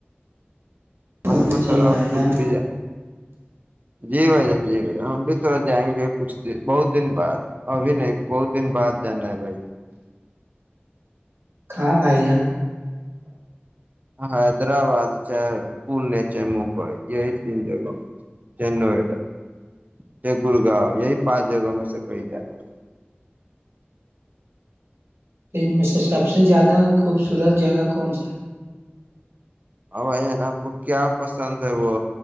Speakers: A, on the right; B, on the right.
A: انک
B: گھومنا
A: تھ
B: چاہیے
A: رہا
B: بھائی
A: خود
B: جان
A: بھی جا جی بائی ج جی ہم بھی تھوڑا جائیں گے کچھ دیر بہت دن بعد ابھین بہت دن بعد جانا ہے بھائی
B: کہاں بھائی ان
A: حیدرآباد چاہ پونے چاہ ممبئی یہ ہی تین جگہ م چاہ نوڈا چاہ گڑگاؤ یہ ہی پانچ جگہ م سےے کہیں ج ہے
B: ان میں سے سب سے زیادہ خوبصورت جگہ کون سا
A: ا بائی جان آپ کو کیا پسند ہے وہ